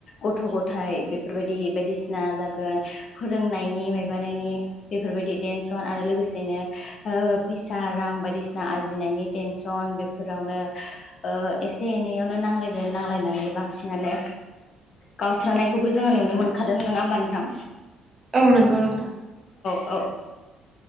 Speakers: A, on the left (about 50°); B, on the right (about 35°).
A: गथ' गथायाइ बेफोरबायदि बायदिसिना बायदिसिना जागोन फोरोंनायनि मायबानायनि बेफोरबायदि टेनसन आरो लोगोसेनो फैसा रां बायदिसिना आरजिनायनि टेनसन बेफोरावनो ओ एसे एनैयावनो नांलायगोन नांलायनानै बांसिनानो गावस्रानायखौबो जोङो नुनो मोनखादों दों नङा होमबा नोंथां
B: औ नंगौ नोंथां
A: ओ